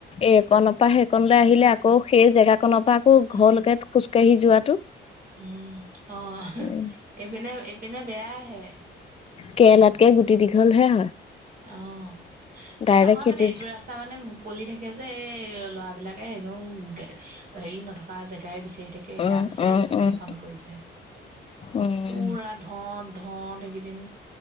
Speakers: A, on the left; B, on the right.
A: এইকনৰ পৰা সেইকনলে আহিলে আকৌ সেই জেগাত কনৰ পৰা আকৌ ঘৰলেকে
B: উম
A: খোজকাঢ়ি যোৱাটো।
B: উম অহ
A: এ
B: এইপিনে এইপিনে বেয়াহে।
A: কেনাতকে গুটি দীঘল হে হয়।
B: অঁ
A: ডাইৰেক্ট
B: এ নহয়
A: খেতি
B: মানে এইটো ৰা তা মানে মুকলি থাকে যে এই ল'ৰাবিলাকে এনেও হেৰি নথকা জেগাই বিচাৰি থাকে। সেয়া
A: উম
B: বিচাৰি
A: উম
B: লৈ পেলাই
A: উম
B: সেইখন কৰিছে
A: উম
B: পোৰাত। ধত ধত এইকেইদিন